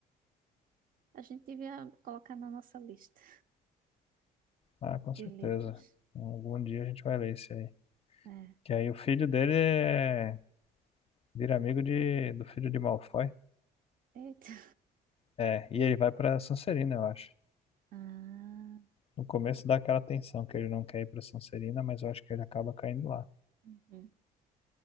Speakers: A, on the right; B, on the left.
A: A gente devia colocar na nossa lista
B: Ah, com
A: de
B: certeza.
A: livros.
B: Algum dia a gente vai ler isso aí.
A: É.
B: Que aí o filho dele é... vira amigo de... do filho de Malfoy.
A: Eita.
B: É, e ele vai pra Sonserina, eu acho.
A: Ah,
B: No começo dá aquela tensão que ele não quer ir pra Sonserina, mas eu acho que ele acaba caindo lá.
A: uhum.